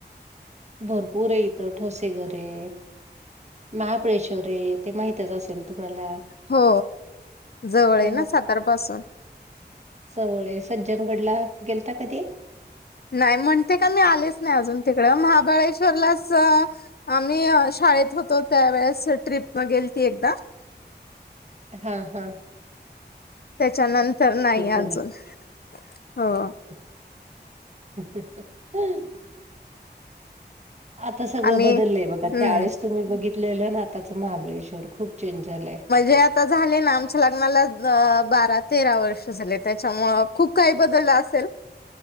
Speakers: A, on the right (about 40°); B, on the left (about 60°).
A: भरपूर हाय इथ ठोसे घरये महाबळेश श्वर आहे ते माहितच असेल तुम्हाला
B: हो जवळ
A: हा
B: आहे ना सातार पासून
A: सवळे सज्जनगडला गेलता कधी
B: नाही म्हणते का मी आलेच नाही अजून तिकडं महाबळेश्वरलाच आम्ही शाळेत होतो त्यावेेळेस ट्रिप गेलती एकदा
A: हा हा
B: त्याच्यानंतर नाही
A: झालं.
B: अजून हो
A: <unintelligible> आता सगळं
B: आम्ही
A: बदललंय बघा
B: हम्म
A: त्यावेळेस तुम्ही बघितलेलं ना आताच महाबळेश्वर खूप चेंज झालंय
B: ते आता झाले ना आमच्या लग्नाला बारा तेरा वर्ष झाले त्याच्यामूळ खूप काही बदललं असेल